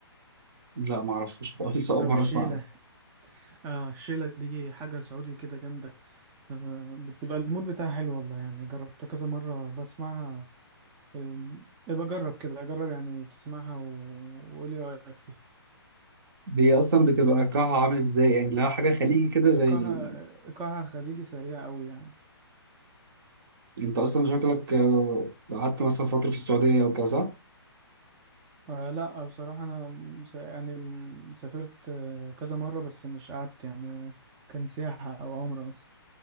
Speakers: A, on the right; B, on the right.
A: لا ما اعرفش خالص اول
B: أو
A: مره
B: الشيلة
A: اسمعها
B: آه الشيلة دي حاجة سعودي كده جامدة أه، بتبقى المود بتاعها حلو والله يعني جربتها كذا مرة بسمعها أم، يبقى جرب كده جرب يعني تسمعها و- وقول لي رأيك فيها
A: دي اصلا بتبقى كها عامل ازاي يعني لها حاجه خليجي كده زي
B: إيقاعها
A: ال...
B: إيقاعها خليجي سريع أوي يعني
A: انت اصلا شكلك آه، قعدت مثلا فتره في السعوديه او كده صح؟
B: آه لا بصراحة أنا مس- يعني م- سافرت آه، كذا مرة بس مش قعدت يعني آه، كان سياحة أو عمرة مثلا